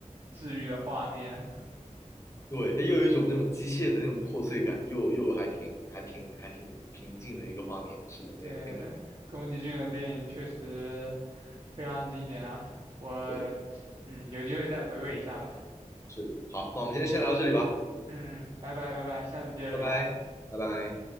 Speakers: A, on the right (about 40°); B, on the left (about 20°).
A: 治愈的画面。
B: 对，它又有一种那种机械的那种破碎感，又又还挺还挺还挺平静的一个画面。是的，
A: 对，
B: 那那个
A: 宫崎骏的电影确实非常经典啊，我
B: 对，
A: 嗯有机会再回味一下吧。
B: 是好，那我们今天先聊到这里吧，
A: 嗯，拜拜拜拜，下次接着聊。
B: 拜拜，拜拜。